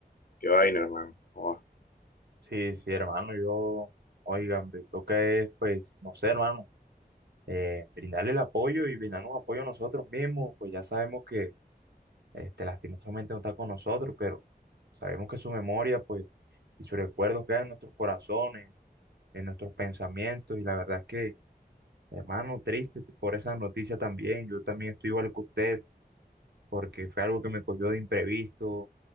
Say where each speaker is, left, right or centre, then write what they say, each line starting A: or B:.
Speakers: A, on the left; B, on the right.
A: qué vaina, hermano, oh,
B: Sí, sí, hermano, yo, oigan me toca es, pues, no sé, hermano, eh, brindarle el apoyo y brindarnos apoyo a nosotros mismos, pues ya sabemos que, este, lastimosamente no está con nosotros, pero sabemos que su memoria, pues, y sus recuerdos quedan en nuestros corazones en nuestros pensamientos y la verdad es que, hermano, triste por esa noticia también. Yo también estoy igual que usted porque fue algo que me cogió de imprevisto